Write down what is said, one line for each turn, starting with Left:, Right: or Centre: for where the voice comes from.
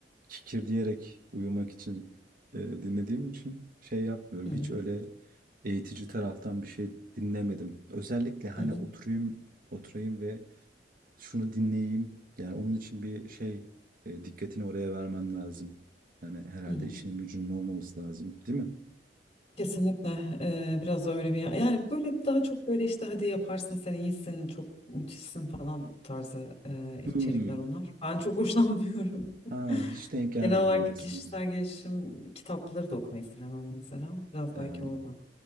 Right: kikir diyerek uyumak için e, dinlediğim için şey yapmıyorum.
Left: Hı hı.
Right: Hiç öyle eğitici taraftan bir şey dinlemedim. Özellikle hani
Left: Hı hı.
Right: oturayım, oturayım ve şunu dinleyeyim. Yani onun için bir şey e, dikkatini oraya vermen lazım. Yani herhalde
Left: Hı hı.
Right: işinin gücünün olmaması lazım, değil mi?
Left: Kesinlikle e, biraz da öyle bir yani böyle daha çok böyle işte hadi yaparsın sen iyisin çok müthişsin falan tarzı e, içerikler
Right: Hmm.
Left: onlar. Ben çok hoşlanmıyorum.
Right: Ha,
Left: <laughs>
Right: hiç denk gelmedim
Left: Genel olarak
Right: öylesine.
Left: kişisel gelişim kitapları da okumayı sevmem mesela. Biraz
Right: Ee,
Left: belki oradan.